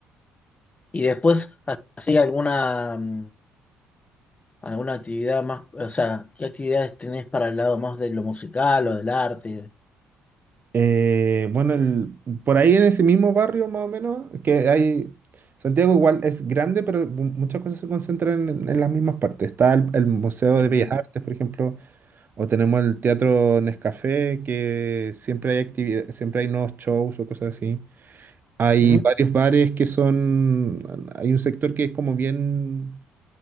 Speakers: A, on the left (about 25°); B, on the right (about 40°).
A: Y después, ¿así alguna, mm, alguna actividad más? O sea, ¿qué actividades tenés para el lado más de lo musical o del arte?
B: Eh, bueno, el- por ahí en ese mismo barrio más o menos, que hay, Santiago igual es grande, pero mu- muchas cosas se concentran en, en las mismas partes. Está el, el Museo
A: Entiendo.
B: de Bellas Artes, por ejemplo, o tenemos el Teatro Nescafé, que siempre hay actividad, siempre hay nuevos shows o cosas así. Hay
A: Ujú,
B: varios bares que son, hay un sector que es como bien,